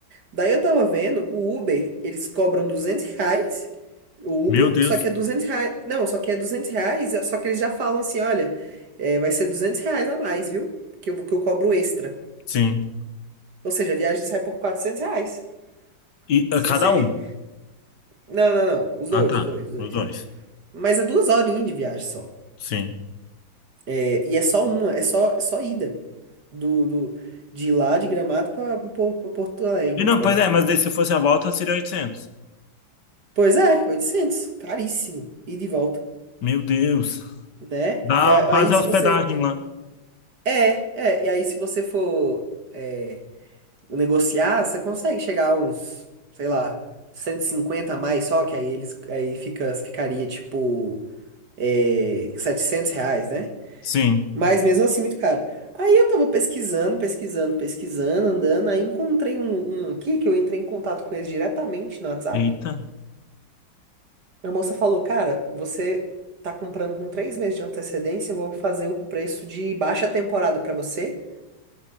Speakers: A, on the right (about 55°); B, on the left (about 60°).
A: Daí eu tava vendo, o Uber, eles cobram 200 reais, o
B: Meu
A: Uber,
B: Deus.
A: só que é 200 reais, não, só que é duzentos reais, só que eles já falam assim, olha, é, vai ser 200 reais a mais, viu? Que eu, que eu cobro extra.
B: Sim.
A: Ou seja, a viagem sai por 400 reais.
B: E
A: Se
B: a cada
A: você... re-
B: um?
A: Não, não, não, os
B: Ah,
A: dois,
B: tá.
A: os dois, os dois.
B: Os dois.
A: Mas é duas horinhas de viagem só.
B: Sim.
A: É, e é só uma, é só, é só ida. Do, do, de lá de Gramado para Porto Alegre,
B: E não,
A: para
B: pois
A: o aeroporto.
B: é, mas daí se fosse a volta seria oitocentos
A: Pois é, oitocentos Caríssimo. E de volta.
B: Meu Deus.
A: Né?
B: Dá
A: E a-
B: quase
A: aí se
B: a hospedagem
A: você.
B: lá.
A: É, é. E aí se você for é, negociar, você consegue chegar a uns, sei lá, 150 a mais só, que aí eles. Aí fica, ficaria tipo. É, 700 reais, né?
B: Sim.
A: Mas mesmo assim, muito caro. Aí eu tava pesquisando, pesquisando, pesquisando, andando. Aí encontrei um, um aqui que eu entrei em contato com eles diretamente no WhatsApp.
B: Eita.
A: A moça falou: Cara, você tá comprando com três meses de antecedência, eu vou fazer o preço de baixa temporada pra você.